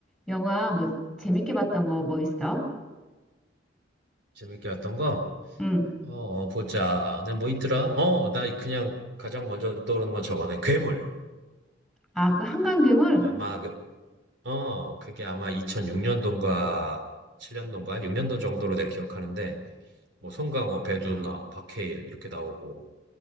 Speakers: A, in the centre; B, on the right (about 65°).
A: 영화 뭐 재밌게 봤던 거 뭐 있어?
B: 재밌게 왔던 거?
A: 응.
B: 어, 어, 보자. 내가 뭐 있더라? 어, 나 그냥 가장 먼저 떠오르는 건 저거네. 괴물.
A: 아, 그 한강괴물?
B: 아마, 그, 어, 그게 아마 2006년도인가 7년도인가 6년도 정도로 내가 기억하는데, 뭐, 송강호, 배두나, 박해일 이렇게 나오고,